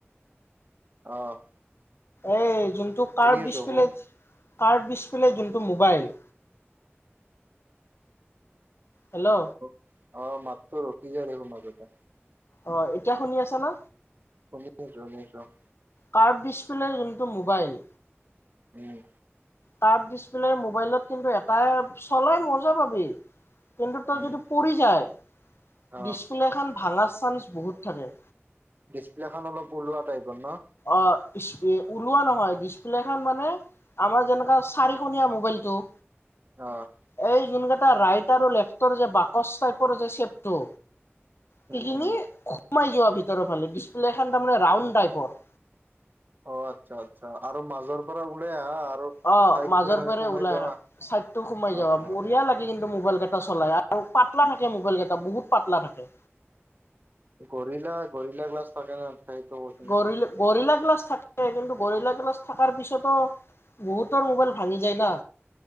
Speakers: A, on the right; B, on the left.
A: অ'।
B: এই যোনটো ক্ৰাফট
A: শুনি আছো
B: ডিচপ্লে,
A: ক
B: ক্ৰাফট ডিচপ্লে যোনটো মোবাইল হেল্ল'
A: হেল্লো', অ', মাতটো ৰখি যায় দেখোন মাজতে।
B: অ', এতিয়া শুনি আছা না?
A: শুনি আছোঁ, শুনি আছোঁ অ'।
B: ক্ৰাফট ডিছপ্লেৰ যোনটো মোবাইল
A: উম'।
B: ক্ৰাফট ডিচপ্লেৰ মোবাইলত কিন্তু এটাই চলাই মজ্জা পাবি। কিন্তু তই
A: উম
B: যদি পৰি যায়,
A: অ
B: ডিছপ্লেখন ভাঙাৰ চান্স বহুত থাকে।
A: ডিচপ্লে খন অলপ ওলোৱা টাইপৰ ন।
B: অ', ওলোৱা নহয়, ডিচপ্লে খন মানে আমাৰ যেনেকা চাৰিকণীয়া মোবাইলটো
A: অ'।
B: এই যোন কেইটা ৰাইট আৰু লেফটৰ যে বাকচ টাইপৰ যে চপটো সেইখিনি
A: উম উম
B: সোমাই যোৱা ভিতৰ ফালে, ডিচপ্লে খন তাৰমানে ৰাউণ্ড টাইপৰ।
A: অ', আচ্ছা আচ্ছা, আৰু মাজৰ পৰা ওলাই আহা আৰু
B: অ',
A: চাইডটো
B: মাজৰ
A: এনেকে
B: পৰাৰে
A: সোমাই
B: ওলাই
A: যাবা
B: অহা, চাইড টো সোমাই
A: অ
B: যাবা,
A: অ
B: বঢ়িয়া লাগে কিন্তু মোবাইল ক কেইটা চলাই আৰু পাতলা থাকে মোবাইল কেইটা, বহুত পাতলা থাকে।
A: গৰিলা গৰিলা গ্লাছ থাকে নহয়? সেইটোতো।
B: গৰিলা গৰিলা গ্লাচ থাকে, কিন্তু গৰিলা গিলাছ থকাৰ পিছতো বহুতৰ মোবাইল ভাঙি যায় না,